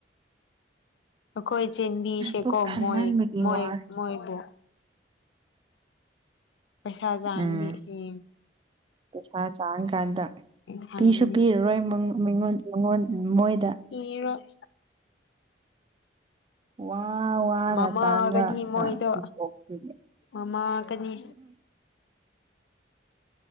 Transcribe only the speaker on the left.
ꯀꯣꯏ ꯆꯦꯟꯕꯤꯁꯦ
ꯀꯣ
ꯃꯣꯏ ꯃꯣꯏ
ꯃꯣꯏꯕꯣ ꯄꯩꯁꯥ ꯆꯥꯡꯂꯤ
ꯍ
ꯈꯪꯒꯅꯤ
ꯄꯤꯔꯣꯏ
ꯃꯃꯥꯒꯗꯤ
ꯃꯣꯏꯗꯣ
ꯃꯥꯃꯥꯒꯅꯤ